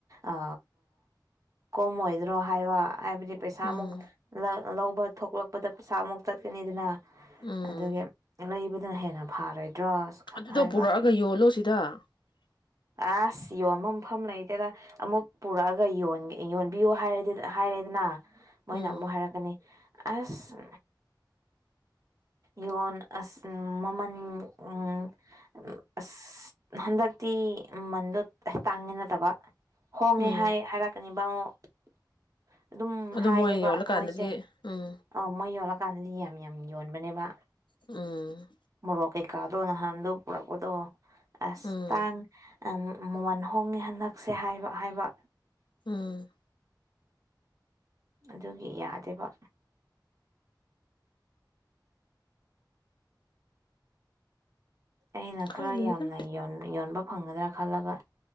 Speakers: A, on the right; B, on the left.
A: ꯑ ꯀꯣꯝꯃꯣꯏꯗ꯭ꯔꯣ ꯍꯥꯏꯕ ꯍꯥꯏꯕꯗꯤ ꯄꯩꯁꯥ
B: ꯎꯝ
A: ꯑꯃꯨꯛ ꯂꯧꯕ ꯊꯣꯛꯂꯛꯄꯗ ꯄꯩꯁꯥ ꯑꯃꯨꯛ ꯆꯠꯀꯅꯤꯗꯅ
B: ꯎꯝ
A: ꯑꯗꯨꯒꯤ ꯂꯩꯕꯗꯨꯅ ꯍꯦꯟꯅ ꯐꯔꯣꯏꯗ꯭ꯔꯣ
B: ꯑꯗꯨꯗꯣ
A: ꯍꯥꯏꯕ
B: ꯄꯨꯔꯛꯑꯒ ꯌꯣꯜꯂꯣ ꯁꯤꯗ <unintelligible>
A: ꯑꯁ ꯌꯣꯟꯕ ꯃꯐꯝ ꯂꯩꯇꯦꯗ ꯑꯃꯨꯛ ꯄꯨꯔꯛꯑꯒ ꯌꯣꯟꯕꯤꯌꯨ ꯍꯥꯏꯔꯗꯤ ꯍꯥꯏꯔꯦꯗꯅ ꯃꯣꯏꯅ
B: ꯎꯝ
A: ꯑꯃꯨꯛ ꯍꯥꯏꯔꯛꯀꯅꯤ ꯑꯁ
B: <inaudible>
A: ꯌꯣꯟ ꯑꯁ ꯃꯃꯜ ꯎꯝ ꯑꯁ ꯍꯟꯗꯛ ꯇꯤ ꯃꯃꯟꯗꯣ ꯑ ꯇꯥꯡꯉꯦ ꯅꯠꯇꯕ ꯍꯣꯡꯉꯦ
B: ꯎꯝ
A: ꯍꯥꯏ ꯍꯥꯏꯔꯛꯀꯅꯤ <unintelligible> ꯑꯗꯨꯝ
B: ꯑꯗꯨ
A: ꯍꯥꯏꯌꯦꯕ
B: ꯃꯣꯏ ꯌꯣꯜꯂꯀꯥꯟꯗꯗꯤ
A: ꯃꯣꯏꯁꯦ
B: ꯎꯝ
A: ꯑ ꯃꯣꯏ ꯌꯣꯜꯂꯀꯥꯟꯗꯗꯤ ꯌꯥꯝ ꯌꯥꯝ ꯎꯝ ꯌꯣꯟꯕꯅꯦꯕ
B: ꯎꯝ
A: ꯃꯣꯔꯣꯛ ꯀꯩꯀꯥꯗꯣ ꯅꯍꯥꯟꯗꯣ ꯄꯨꯔꯛꯄꯗꯣ ꯑꯁ
B: ꯎꯝ
A: ꯇꯥꯡ ꯑ ꯃꯃꯟ ꯍꯣꯡꯉꯦ ꯍꯟꯗꯛꯁꯦ ꯍꯥꯏꯕ ꯍꯥꯏꯕ
B: ꯎꯝ
A: ꯑꯗꯨꯒꯤ ꯌꯥꯗꯕ ꯑꯩꯅ
B: ꯈꯪꯗ꯭ꯔꯦꯗ
A: ꯈꯔ ꯌꯥꯝꯅ ꯌꯣꯟꯕ ꯌꯣꯟꯕ ꯐꯪꯒꯗ꯭ꯔꯥ ꯈꯜꯂꯒ